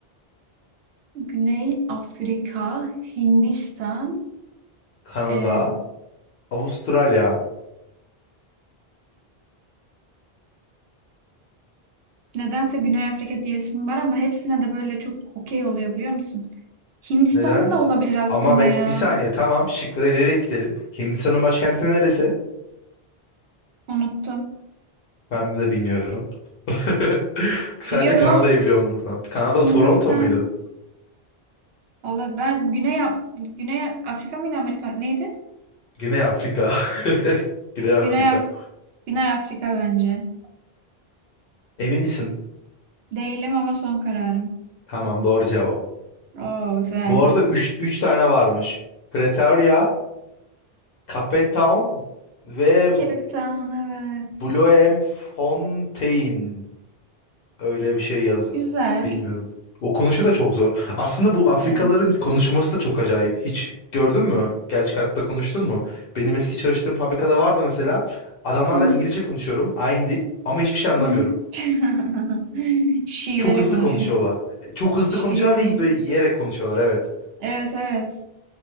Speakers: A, on the right; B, on the left.
A: Güney Afrika, Hindistan.
B: Kanada,
A: Ee,
B: Avustralya.
A: nedense Güney Afrika diyesim var ama hepsine de böyle çok okey oluyor biliyor musun? Hindistan'ın
B: Neden?
A: da olabilir aslında
B: Ama be-
A: ya.
B: bir saniye tamam şıkları eleyerek gidelim. Hindistan'ın başkenti neresi?
A: Unuttum.
B: Ben de bilmiyorum. <laughs> Sadece
A: Biliyordum
B: Kanada'yı
A: ama
B: biliyorum buradan. Kanada
A: Hindistan
B: Toronto muydu?
A: olabilir. Ben Güney, Güney Afrika mıydı Amerika? Neydi?
B: Güney Afrika. <laughs> Güney Afrika.
A: Güney, Af Güney Afrika bence.
B: Emin misin?
A: Değilim ama son kararım.
B: Tamam doğru cevap.
A: Oo güzel.
B: Bu arada üç üç tane varmış. Pretoria, Cape Town ve
A: Cape Town evet.
B: Bloemfontein. Öyle bir şey yazıyor.
A: Güzel.
B: Bilmiyorum. Okunuşu da çok zor. Aslında bu Afrikalıların
A: Evet.
B: konuşması da çok acayip. Hiç gördün mü? Gerçek hayatta konuştun mu? Benim eski çalıştığım fabrikada vardı mesela. Adamlarla
A: Hı hı.
B: İngilizce konuşuyorum. Aynı dil. Ama hiçbir şey anlamıyorum.
A: hı. <laughs> Şiveli
B: Çok hızlı
A: konuşuyor.
B: konuşuyorlar. E, Çok hızlı
A: Şiveli
B: konuşuyorlar
A: İngiliz.
B: ve böyle yiyerek konuşuyorlar. evet
A: Evet evet.